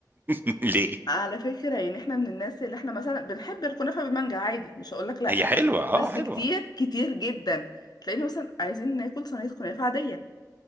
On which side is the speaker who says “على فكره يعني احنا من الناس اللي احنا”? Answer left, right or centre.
Left